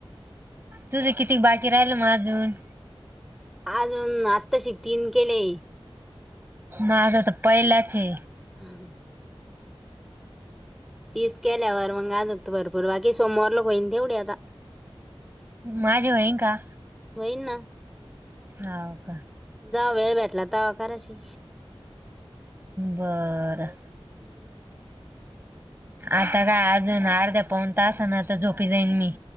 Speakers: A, on the right (about 20°); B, in the centre.
A: तुझं किती बाकी राहिल म अजून
B: अजून आत्ताशी तीन केले.
A: माझं तर पहिलंचे
B: ह तीच केल्यावर मग आजगत भरपूर बाकी सोमवारला पहिन तेवढी आता
A: माझे होईन का
B: होईल ना
A: हा
B: जवा वेळ भेटला तेव्हा करायची
A: बरं
B: हम्
A: आता काय अजून अर्ध्या पाऊन तासांनी आता झोपी जाईन मी